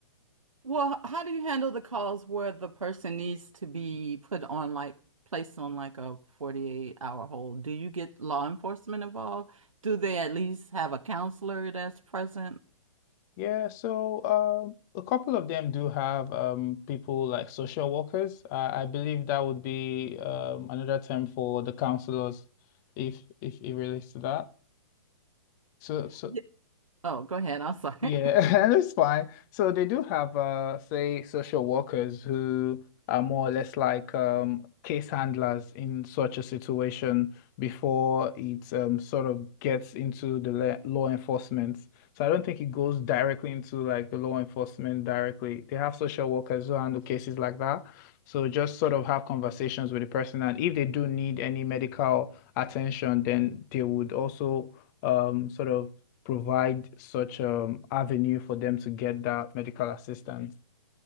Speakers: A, on the right; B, on the left.
A: Well, h- how do you handle the calls where the person needs to be put on like placed on like a 48 hour hold? Do you get law enforcement involved? Do they at least have a counselor that's present?
B: Yeah, so um, a couple of them do have um, people like social workers. Uh, I believe that would be um, another term for the counselors, if if it relates to that. So, so
A: Y- Oh, go ahead. I'm sorry.
B: Yeah,
A: <laughs>
B: <laughs> and it's fine. So they do have uh say social workers who are more or less like um case handlers in such a situation before it um sort of gets into the la- law enforcement. So I don't think it goes directly into like the law enforcement directly. They have social workers who handle cases like that. So just sort of have conversations with the person and if they do need any medical attention, then they would also um sort of provide such um avenue for them to get that medical assistance.